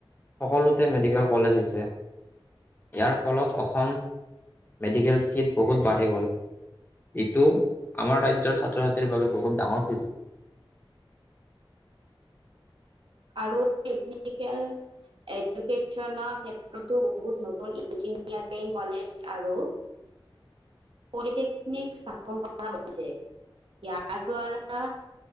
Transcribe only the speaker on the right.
আৰু টেকনিকেল এডুকেশ্যনৰ ক্ষেত্ৰতো বহুত নতুন ইঞ্জিনিয়াৰিং কলেজ আৰু পলিটেকনিক স্থাপন কৰা হৈছে, ইয়াৰ দ্বাৰা